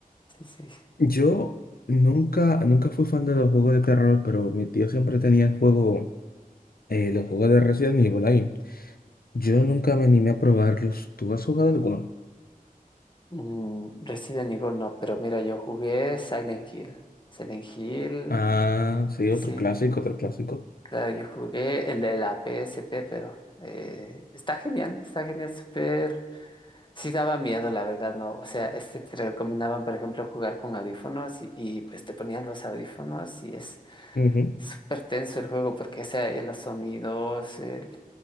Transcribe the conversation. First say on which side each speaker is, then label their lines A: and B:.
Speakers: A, on the left (about 30°); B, on the left (about 90°).
A: Sí, sí.
B: Yo nunca, nunca fui fan de los juegos de terror, pero mi tío siempre tenía el juego, eh, los juegos de Resident Evil ahí. Yo nunca me animé a probarlos. ¿Tú has jugado alguno?
A: Mm, Resident Evil no, pero mira, yo jugué Silent Hill. Silent Hill,
B: Ah, sí,
A: sí,
B: otro
A: sí,
B: clásico, otro clásico.
A: claro, yo jugué el de la PSP, pero eh, está genial, está genial, súper. Sí daba miedo, la verdad, ¿no? O sea, este te recomendaban, por ejemplo, jugar con audífonos y, y, pues te ponían los audífonos y es
B: Ujú.
A: súper tenso el juego porque, o sea, eh, los sonidos, el-